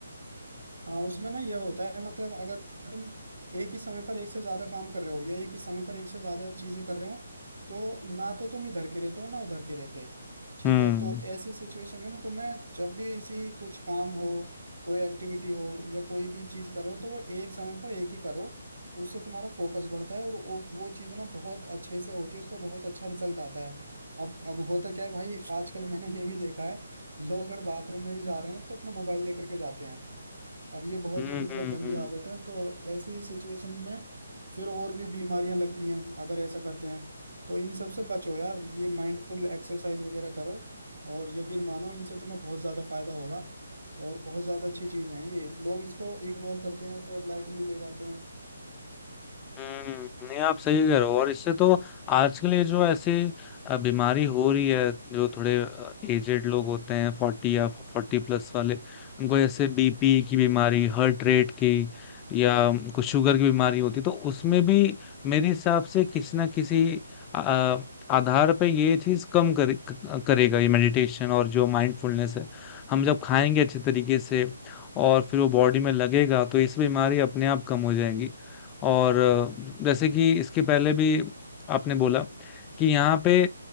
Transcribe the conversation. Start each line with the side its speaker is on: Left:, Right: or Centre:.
Right: हाँ उसमें ना ये होता है मतलब अगर तुम एक ही समय पर एक से ज्यादा काम कर रहे हो या एक ही समय पर एक से ज्यादा चीजें कर रहे हो तो ना तो तुम इधर के रहते हो ना उधर के रहते ठीक
Left: हम्म
Right: है तो ऐसी सिचुएशन में ना तुम्हें जब भी इसी कुछ काम हो कोई एक्टिविटी हो या कोई भी चीज कर रहे हो तो वो एक समय पर एक ही करो उससे तुम्हारा फोकस बढ़ता है और वो वो चीज ना बहुत अच्छे से होती है उसका बहुत अच्छा रिजल्ट आता है अब अब होता क्या है भाई आजकल मैंने ये भी देखा है लोग अगर बाथरूम में भी जा रहे हैं ना तो अपना मोबाइल लेकर के जाते हैं अब ये बहुत
Left: हम्म
Right: मतलब
Left: हम्म,
Right: गंदी
Left: हम्म,
Right: आदत है तो ऐसे ही सिचुएशन में फिर और भी बीमारियां लगती हैं अगर ऐसा करते हैं तो इन सब से बचो यार ये माइंडफुल एक्सरसाइज वगैरह करो और यकीन मानो इनसे तुम्हें बहुत ज़्यादा फायदा होगा और बहुत ज़्यादा अच्छी चीज़ें हैं ये लोग इसको इग्नोर करते हैं और लाइटली ले जाते हैं
Left: हम्म, नहीं आप सही कह रहे हो और इससे तो आजकल ये जो ऐसी अ, बीमारी हो रही है जो थोड़े एजेड लोग होते हैं फोर्टी या फोर्टी प्लस वाले उनको ऐसे बीपी की बीमारी हार्ट रेट की या कुछ शुगर की बीमारी होती है तो उसमें भी मेरे हिसाब से किसी ना किसी अ, आधार पे ये चीज कम करे, क- करेगा ये मेडिटेशन और जो माइंडफुलनेस है हम जब खाएंगे अच्छे तरीके से और फिर वो बॉडी में लगेगा तो इस बीमारी अपने आप कम हो जाएंगी और अ, जैसे कि इसके पहले भी आपने बोला कि यहाँ पे